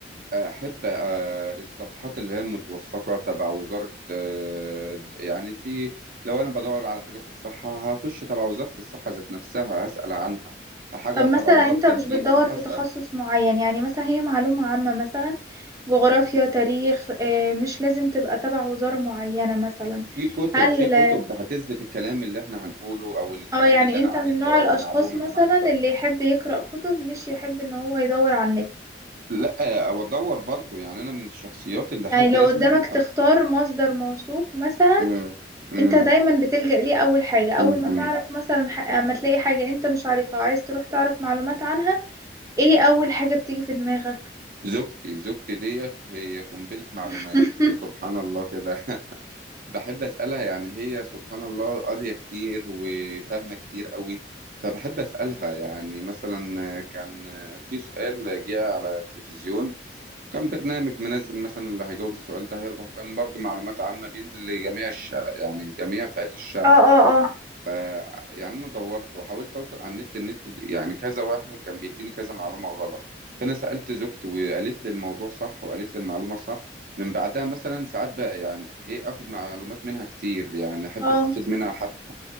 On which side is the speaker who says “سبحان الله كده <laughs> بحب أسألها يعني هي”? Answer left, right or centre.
Right